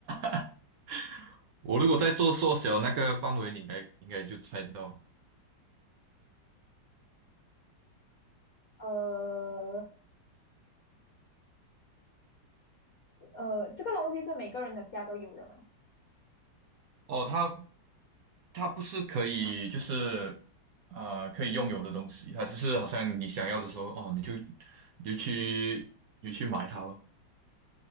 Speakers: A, on the right; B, on the left.
A: <laughs> 我如果在做缩小那个范围，你应该应该就猜得到。
B: 呃呃，这个东西是每个人的家都有的嘛？
A: 哦，它它不是可以就是呃可以拥有的东西，它就是好像你想要的时候，哦，你就你就去你就去买它咯。